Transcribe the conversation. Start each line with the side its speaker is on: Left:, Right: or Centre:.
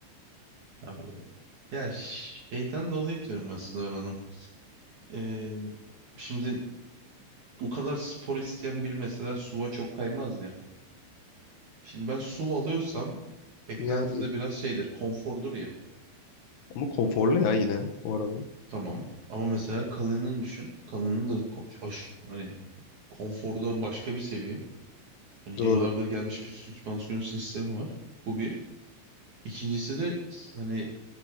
Right: Abi, ya şeyden dolayı diyorum aslında ben onun. Ee, şimdi o kadar spor isteyen biri mesela SUV'a çok kaymaz ya. Şimdi ben SUV alıyorsam beklentim
Left: Yani
Right: de biraz şeydir. Konfordur ya.
Left: ama konforlu ya yine o araba.
Right: Tamam. Ama mesela kalının düşün. Kalının da ko- aş- hani konforda başka bir seviye. Hani
Left: Doğru.
Right: yıllardır gelmiş bir süspansiyon sistemi var. Bu bir. İkincisi de s- hani